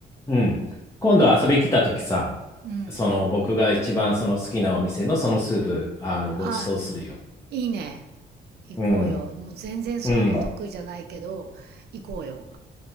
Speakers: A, on the left (about 15°); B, on the right (about 60°).
A: うん。今度遊び来た時さ、
B: うん。
A: その、僕が一番その好きなお店のそのスープ、あの、ご馳走するよ。
B: あ、いいね。行こうよ。
A: うん。
B: もう全然そういうの得意じゃないけど、
A: うん。
B: 行こうよ。